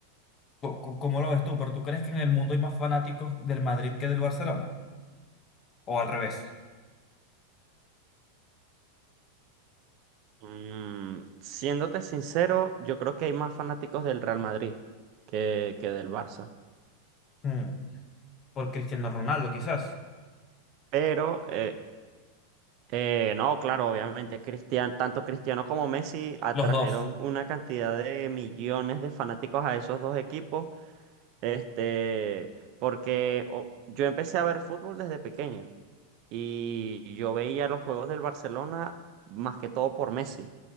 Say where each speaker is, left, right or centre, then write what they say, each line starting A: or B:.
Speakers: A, on the left; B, on the right.
A: co- co- cómo lo ves tú, pero ¿tú crees que en el mundo hay más fanáticos del Madrid que del Barcelona? ¿O al revés?
B: Mm, siéndote sincero, yo creo que hay más fanáticos del Real Madrid que, que del Barça.
A: Mm, Por Cristiano Ronaldo, quizás.
B: Pero, eh, eh, no, claro, obviamente, Cristian, tanto Cristiano como Messi atrajeron
A: Los dos,
B: una cantidad de millones de fanáticos a esos dos equipos, este, porque o- yo empecé a ver fútbol desde pequeño y yo veía los juegos del Barcelona más que todo por Messi.